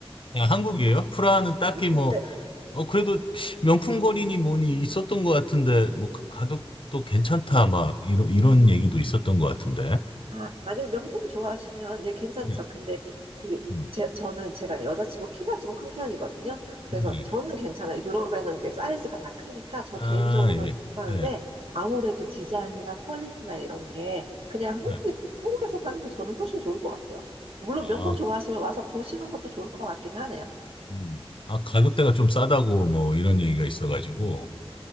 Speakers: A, on the left (about 55°); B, on the right (about 65°).
A: 그냥 한국이에요? 프라하는 딱히
B: <laughs>
A: 뭐
B: 네.
A: 어, 그래도 명품거리니 뭐니 있었던 것 같은데, 뭐, 그 가격도 괜찮다, 막, 이런, 이런 얘기도 있었던 것 같은데.
B: 아, 만약에 명품 좋아하시면, 예, 괜찮죠.
A: 네.
B: 근데 그,
A: 음.
B: 제, 저는 제가 여자치고 키가 좀 큰 편이거든요. 그래서
A: 네네네.
B: 저는 괜찮아요. 유럽에는 이제 사이즈가 다 크니까 저
A: 아,
B: 개인적으로는
A: 예,
B: 괜찮은데,
A: 예,
B: 아무래도 디자인이나 퀄리티나 이런 게 그냥 한국에,
A: 예.
B: 한국에서 사는 게 저는 훨씬 좋을 것 같아요. 물론
A: 아,
B: 명품 좋아하시면 와서 보시는 것도 좋을 것 같긴 하네요.
A: 음. 아, 가격대가 좀 싸다고, 뭐, 이런 얘기가 있어가지고.